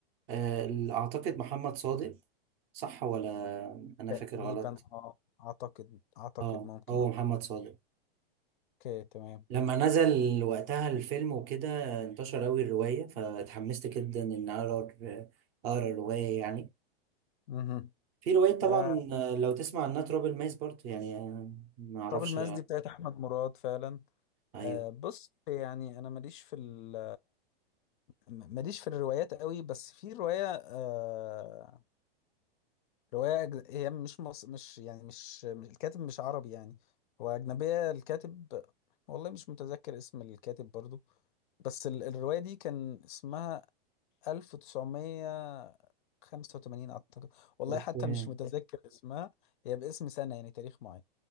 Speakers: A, on the right (about 20°); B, on the left (about 55°).
A: آه، ال- أعتقد محمد صادق صح ولا أنا
B: تقريبا
A: فاكر غلط؟
B: اه اعتقد اعتقد
A: اه
B: ممكن
A: هو محمد صادق
B: اوكي تمام
A: لما نزل وقتها الفيلم وكده انتشر أوي الرواية فاتحمست جدا إن أقرأ أقرأ الرواية يعني
B: اها
A: في رواية طبعا
B: آه،
A: آه، لو تسمع عنها تراب الماس برضه يعني آه، ما أعرفش
B: تراب الماس
A: آه،
B: دي بتاعت احمد مراد فعلا
A: أيوه
B: آه، بص يعني انا ماليش في ال ماليش في الروايات قوي بس في روايه آه روايه أجن- هي مش مص... مش يعني مش مش- الكاتب مش عربي يعني هو اجنبيه الكاتب والله مش متذكر اسم الكاتب برضو بس ال... الروايه دي كان اسمها 1985 اعتقد والله
A: أوكي
B: حتى مش متذكر اسمها هي باسم سنه يعني تاريخ معين